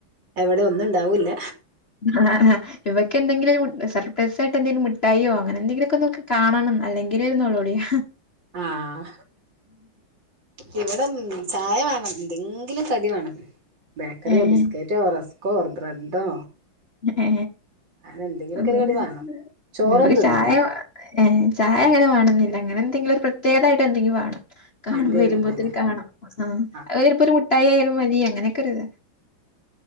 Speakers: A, on the right; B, on the left.
A: ഇവിടെ ഒന്നും ഉണ്ടാവൂല്ല
B: അഹ് അഹ് ഒെ എന്തെങ്കിലും സർപ്രൈസായി് എന്തെങ്കിലും മിലായിങ്ങനെ എന്തെങ്കിലൊക്കെ ഒന്ന് കാണണം അല്ലെങ്കിലുംരു നോളോളിയോ
A: ആഹ് ഇവിട ഒന്ന് ചായ വേണം ഇന്തെങ്കിലും കടി വേണം ബേക്കറിയൊ
B: ഏഹ്
A: ബിസ്ക്കറ്റൊ റെസ്‌ക് ക്കോ ബ്രെഡോ
B: ഏ
A: അങ്ങനെ എന്തെങ്കിലുമൊക്കെ
B: <unintelligible>
A: ഒരു കടി വേണം ചോറൊന്നും
B: ക്ക്
A: തിന്നൂല
B: ചായ ഏ ചായ അങ്ങനെ വേണുന്നില്ല അങ്ങനെ എന്തങ്കിലും പ്രത്യേകമായിട്ട് എന്തെങ്കിലും വാണം കാണ
A: എന്തേലും
B: വരുമ്പോത്തന്
A: മതില്ലേ
B: കാണാം ആ <unintelligible>
A: ആ
B: ഒരു മുട്ടായി ആയാലും മതി അങ്ങനെയൊക്കെരുത